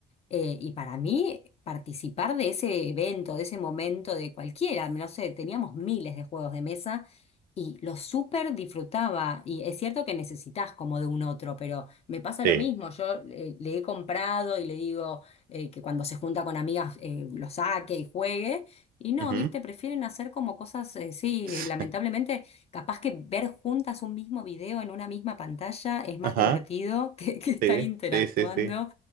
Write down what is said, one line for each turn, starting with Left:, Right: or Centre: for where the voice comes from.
Left: Eh, y para mí, participar de ese evento, de ese momento, de cualquiera, no sé, teníamos miles de juegos de mesa y lo súper disfrutaba. Y es cierto que necesitas como de un otro, pero me pasa
Right: sí.
Left: lo mismo. Yo eh, le he comprado y le digo eh, que cuando se junta con amigas eh, lo saque y juegue. Y no,
Right: ujú.
Left: viste, prefieren hacer como cosas, eh, sí,
Right: <laughs>
Left: lamentablemente, capaz que ver juntas un mismo video en una misma pantalla es más
Right: Ajá,
Left: divertido <laughs> que que estar
Right: sí,
Left: interactuando
Right: sí, sí, sí.